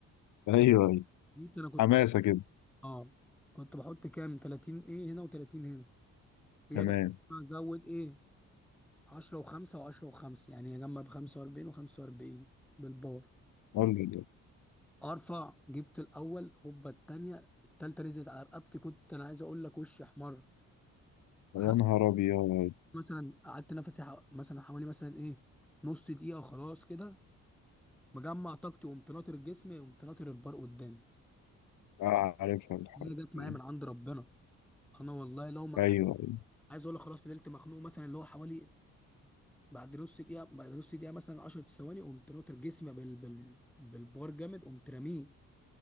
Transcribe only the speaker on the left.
ايوه ايوه
حماسه كده
تمام
قول لي كده.
يا نهار ابيض
آه، عارفها الحركه
دي
ايوه ايوه